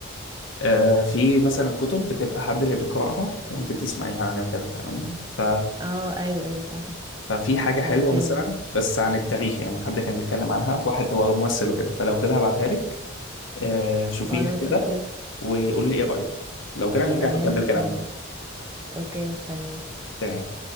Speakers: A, on the left; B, on the right.
A: آه في مثلا كتب بتبقى حد اللي بيقرأها وأنت بتسمعيها يعني وكده فاهماني ف...
B: اه ايوه ايوه فاهمة
A: ففي حاجة حلوة
B: عارفاها
A: مثلا
B: دي
A: بس عن التاريخ يعني حد كان بيتكلم عنها واحد هو ممثل وكده فلو كده هبعتها لك آه شوفيها
B: خلاص
A: كده
B: اوكي
A: وقولي لي إيه رأيك لو كده نرجع
B: تمام
A: نكمل
B: مستنيه
A: كلامنا
B: اوكي مستنيه
A: تمام